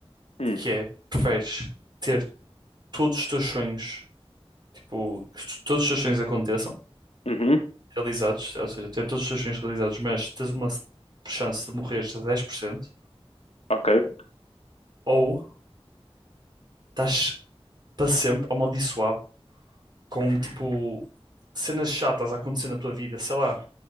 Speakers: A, on the left; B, on the right.
A: Uhum.
B: que é: preferes ter todos os teus sonhos, tipo, que t- todos os teus sonhos aconteçam,
A: Uhum.
B: realizados, ou seja, ter todos os teus sonhos realizados, mas tens uma chance de morreres a 10%
A: Ok.
B: ou estás para sempre amaldiçoado com, tipo, cenas chatas a acontecer na tua vida, sei lá.